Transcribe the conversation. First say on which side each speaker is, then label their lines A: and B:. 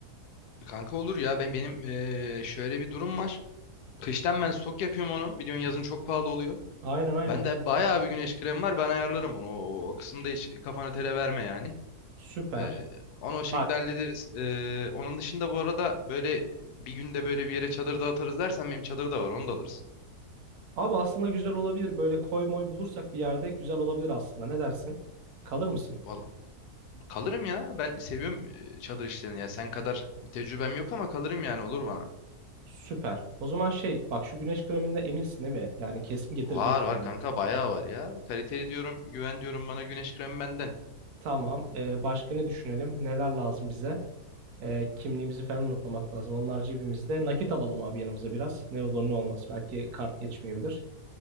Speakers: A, on the left; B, on the right.
A: Kanka olur ya ben benim eee, şöyle bir durum var. Kıştan ben stok yapıyorum onu. Biliyorsun yazın çok pahalı oluyor.
B: Aynen aynen.
A: Ben de bayağı bir güneş kremi var. Ben ayarlarım onu. O, o kısımda hiç kafanı tele verme yani.
B: Süper.
A: Eee, onu o şekilde
B: Bak
A: hallederiz. Eee, onun dışında bu arada böyle bir günde böyle bir yere çadır da atarız dersen benim çadır da var. Onu da alırız.
B: Abi aslında güzel olabilir. Böyle koy moy bulursak bir yerde güzel olabilir aslında. Ne dersin? Kalır mısın?
A: Valla kalırım ya. Ben seviyorum eee, çadır işlerini. Ya sen kadar bir tecrübem yok ama kalırım yani olur bana.
B: Süper. O zaman şey bak şu güneş kreminde eminsin değil mi? Yani kesin getireceksin
A: Var var
B: yani.
A: kanka bayağı var ya. Kaliteli diyorum, güven diyorum bana güneş kremi benden.
B: Tamam. Ee, başka ne düşünelim? Neler lazım bize? Ee, kimliğimizi falan unutmamak lazım. Onlar cebimizde. Nakit alalım abi yanımıza biraz. Ne olur ne olmaz. Belki kart geçmeyebilir.